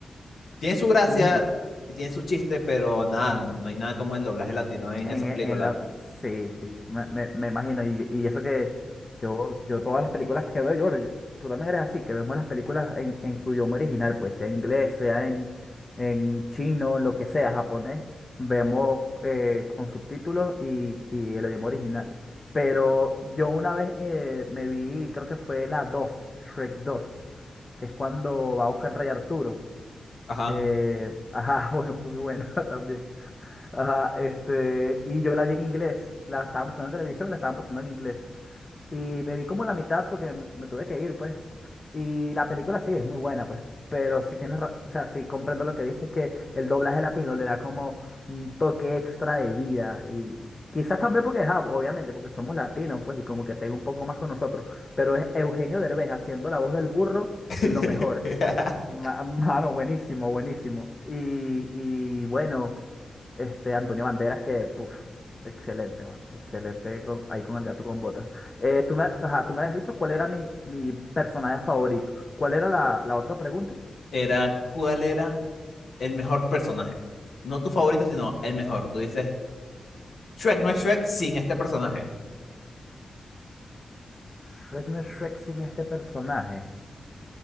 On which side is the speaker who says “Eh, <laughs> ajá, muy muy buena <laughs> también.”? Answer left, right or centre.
Left